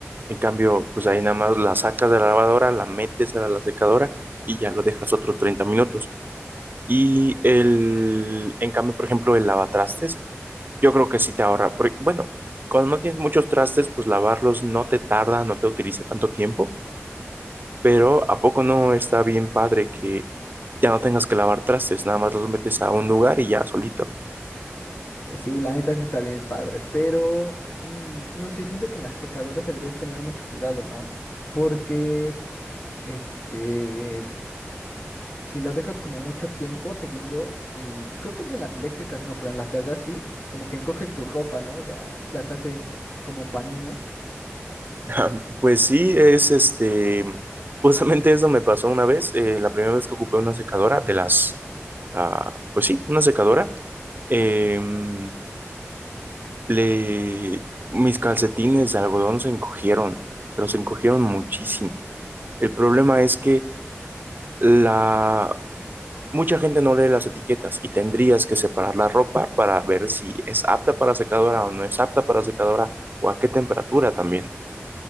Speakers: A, on the right (about 45°); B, on the left (about 50°).
A: En cambio, pues ahí nada más la sacas de la lavadora, la metes a la secadora y ya lo dejas otros 30 minutos. Y el, en cambio, por ejemplo, el lavatrastes, yo creo que sí te ahorra. por- Bueno, cuando no tienes muchos trastes, pues lavarlos no te tarda, no te utiliza tanto tiempo, pero ¿a poco no está bien padre que ya no tengas que lavar trastes? Nada más los metes a un lugar y ya solito.
B: Eh, sí, la neta sí está bien padre, pero mm, no sé, siento que en las secadoras deberías tener mucho cuidado, ¿no? Porque, este, Si lo dejas como mucho tiempo, según yo, en, creo que es en las eléctricas, no, pero en las de gas sí, como que encoges tu ropa, ¿no? O sea, las haces como pa' niños.
A: Ah, Pues sí, es este, justamente eso me pasó una vez, eh, la primera vez que ocupé una secadora de las, ah, pues sí, una secadora, em, le, mis calcetines de algodón se encogieron, pero se encogieron muchísimo. El problema es que la, mucha gente no lee las etiquetas y tendrías que separar la ropa para ver si es apta para secadora o no es apta para secadora o a qué temperatura también